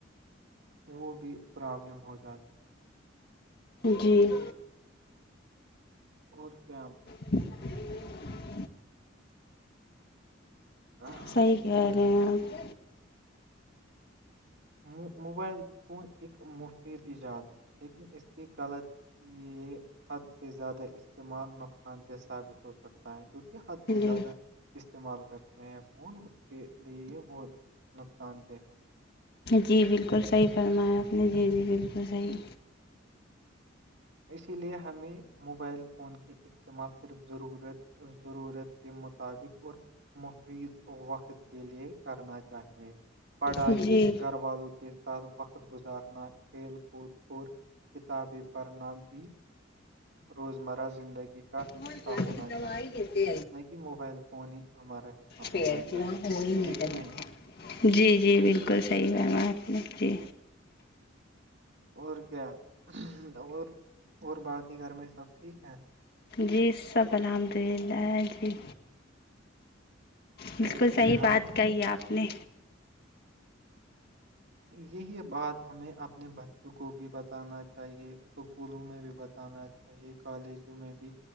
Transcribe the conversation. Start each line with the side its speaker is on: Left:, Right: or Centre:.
Right: وہ بھی پرابلم ہو جاتی ہے
Left: جی
Right: اور کیا
Left: <inaudible>
Right: ہاں
Left: صحیح کہہ رہے ہیں آپ
Right: مو موبائل فون ایک مفید ایجاد ہے لیکن اس کی غلط یہ حد سے زیادہ استعمال نقصان دہ ثابت ہو سکتا ہے جوک حد سے
Left: جی
Right: زیادہ استعمال کرتے ہیں فون اس کے لیے بہت نقصان دہ ہیں
Left: جی بالکل صحیح فرمایا آپ نے جی جی بالکل صحیح
Right: اسی لیے ہمیں موبائل فون کی استعمال صرف ضرورت ضرورت کے مطابق اور مفید وقت کے لیے کرنا چاہیے پڑھائی
Left: جی
Right: گھر والوں کے ساتھ وقت گزارنا کھیل کود اورور کتابیں پر نا بھی روزمرہ زندگی کا حصہ
Left: آے
Right: ہونا چاہیے نہ کہ موبائل فون ہی ہمارا حصہ ہونا
Left: پیڑ کی
Right: چاہیے
Left: وہاں خون ہی نکلتا
Right: ہے کہ نہیں
Left: ہے جی جی بالکل صحیح ہےم آپ نے جی
Right: اور کیا اور اور باقی گھر میں سب ٹھیک ہیں
Left: جی سب الحمد للہ جی بالکل
Right: ویسے
Left: صحیح بات
Right: آپ
Left: کہی ہے آپ نے
Right: یہی بات ہمیں اپنے بچوں کو بھی بتانا چاہیے اسکولوں میں بھی بتانا چاہیے کالجوں میں بھی